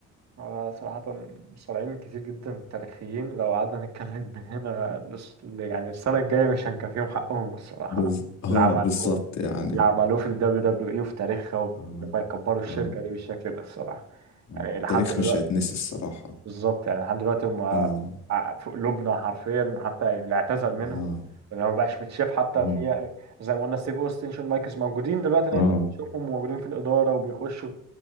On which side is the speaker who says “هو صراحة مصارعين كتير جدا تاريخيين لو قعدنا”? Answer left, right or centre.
Right